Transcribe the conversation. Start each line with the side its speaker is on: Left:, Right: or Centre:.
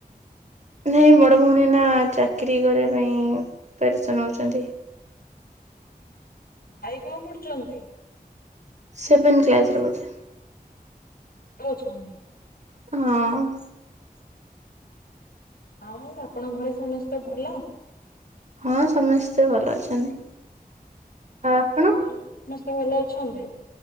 Right: ନାଇଁ ବଡ ଭଉଣୀ ନା ଚାକିର କରିବା ପାଇଁ ପ୍ରିପାରେସନ ହଉଛନ୍ତି ।
Left: ଭାଇ କଣ ପଢୁଛନ୍ତି?
Right: ସେଭେନ୍ କ୍ଲାସ ରେ ପଢୁଛି।
Left: ଛଉଛ।
Right: ହଁ।
Left: ଆଉ ଆପଣଙ୍କ ଘରେ ସମସ୍ତେ ଭଲ?
Right: ହଁ ସମସ୍ତେ ଭଲ ଅଛନ୍ତି। ଆଉ ଆପଣ
Left: ବାପଘର ବି ସମସ୍ତେ ଭଲ ଅଛନ୍ତି?